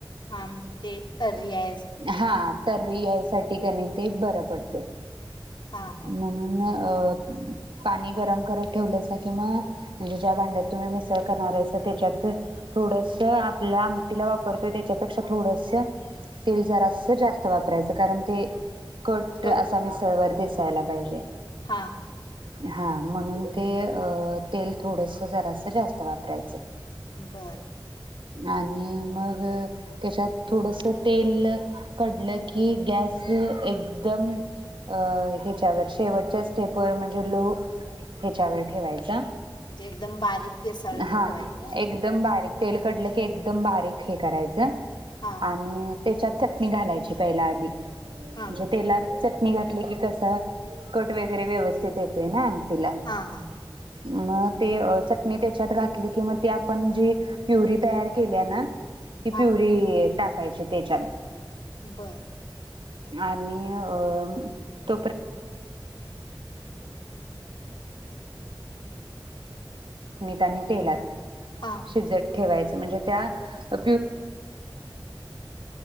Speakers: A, on the left (about 60°); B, on the right (about 75°).
A: हा म तिथे एक परी हाय.
B: हा तर रियाजसाठी कणी ते बरं पडतंय.
A: हां हां
B: म्हणून अ पाणी गरम करत ठेवलंसा की म म्हणजे ज्या भांड्यात तुम्ही मिसळ करणार आहेसा त्याच्यात थोडसं आपल्या आमटीला वापरतोय त्याच्यापेक्षा थोडसं तेल जरा अस जास्त वापरायचं कारण ते कोट
A: कट
B: असा मिसळवर जायला पाहिजे.
A: हां
B: हा म्हणून ते अ तेल थोडस जरास जास्त वापरायचं.
A: बरं
B: आणि मग त्यांच्यात थोडस तेल कडलं की गॅस एकदम अं ह्याच्यावर शेवटच्या स्टेपवर म्हणजे लो ह्याच्यावर ठेवायचा.
A: एकदम बारीक केसाळ
B: हा
A: ठेवायचं काय?
B: एकदम बारीक तेल कढलं की एकदम बारीक हे करायचं
A: हां हां
B: आणि तेच्यात चटणी घालायची पहिला आधी म्हणजे
A: हां
B: तेलात चट चटणी घातली की कसं कट वगैरे व्यवस्थित येतोय ना. आमटीला
A: हा हा
B: मग ते चट नी तेच्यात घातली कि म ते आपण जी प्युरी तयार केलीया ना ती
A: हां
B: प्युरी टाक कायची तेच्यात
A: बरं
B: आणि आ मीठ आणि तेलात
A: हां
B: शिजलं ठेवायच म्हणजे त्या आ